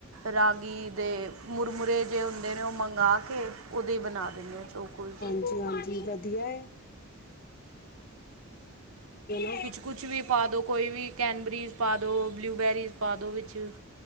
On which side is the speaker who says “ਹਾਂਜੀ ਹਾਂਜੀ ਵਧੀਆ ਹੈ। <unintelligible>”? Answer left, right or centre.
Left